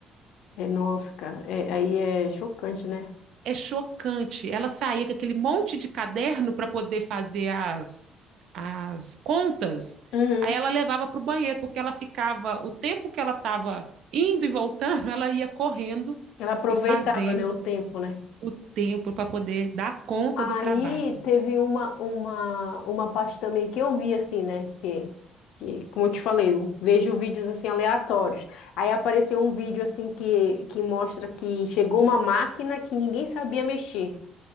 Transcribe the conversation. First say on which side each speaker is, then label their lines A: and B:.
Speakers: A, on the left; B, on the right.
A: é nossa, cara. É, aí é chocante, né?
B: É chocante. Ela saía com aquele monte de caderno para poder fazer as, as contas.
A: Uhum.
B: Aí ela levava para o banheiro, porque ela ficava, o tempo que ela estava indo e voltando, <laughs> ela ia correndo
A: Ela aproveitava,
B: e fazendo
A: né, o tempo, né?
B: o tempo para poder dar conta
A: Aí
B: do trabalho.
A: teve uma, uma, uma parte também que eu vi assim, né? Que, que, como eu te falei, eu vejo vídeos assim aleatórios. Aí apareceu um vídeo assim que, que mostra que chegou uma máquina que ninguém sabia mexer.